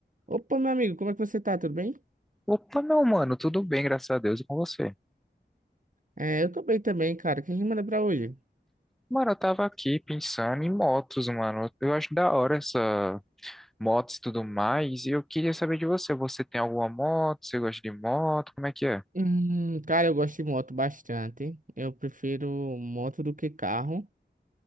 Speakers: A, on the right; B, in the centre.
A: Opa, meu amigo, como é que você tá? Tudo bem?
B: Opa, meu mano, tudo bem, graças a Deus, e com você?
A: É, eu tô bem também, cara. O que a gente manda pra hoje?
B: Mano, eu tava aqui pensando em motos, mano. Eu acho da hora essa motos e tudo mais. E eu queria saber de você. Você tem alguma moto? Você gosta de moto? Como é que é?
A: Hum, cara, eu gosto de moto bastante. Eu prefiro moto do que carro,